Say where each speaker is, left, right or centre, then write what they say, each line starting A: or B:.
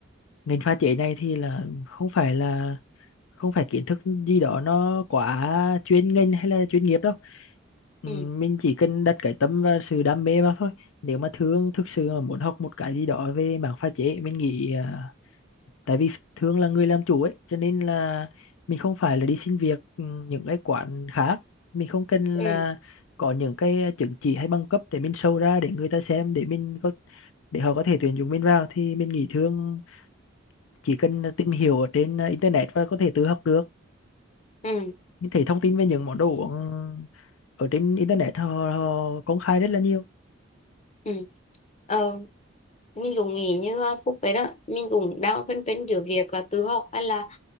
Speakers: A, on the left (about 75°); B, on the left (about 35°).
A: ngành pha chế này thì là không phải là không phải kiến thức gì đó nó quá chuyên ngành hay là chuyên nghiệp đâu Ừ,
B: ừ
A: mình chỉ cần đặt cái tâm và sự đam mê vào thôi nếu mà thương thực sự mà muốn học một cái gì đó về mảng pha chế mình nghĩ à, tại vì thường là người làm chủ ấy cho nên là mình không phải là đi xin việc ừ, những cái quán khác mình không cần
B: ừ
A: là có những cái chứng chỉ hay bằng cấp để mình show ra để người ta xem để mình có để họ có thể tuyển dụng mình vào thì mình nghĩ thường chỉ cần tìm hiểu ở trên ờ, internet và có thể tự học được
B: ừ
A: mình thấy thông tin về những món đồ uống ở trên internet họ, họ công khai rất là nhiều
B: ừ ờ, mình cũng nghĩ như ờ, Phúc vậy đó mình cũng đang phân vân giữa việc là tự học hay là